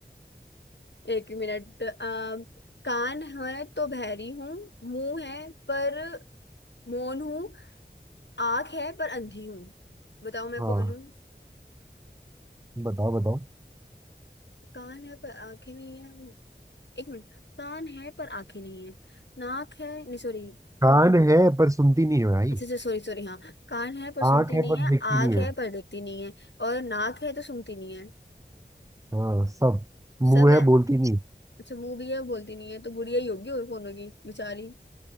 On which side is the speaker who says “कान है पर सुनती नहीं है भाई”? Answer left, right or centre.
Right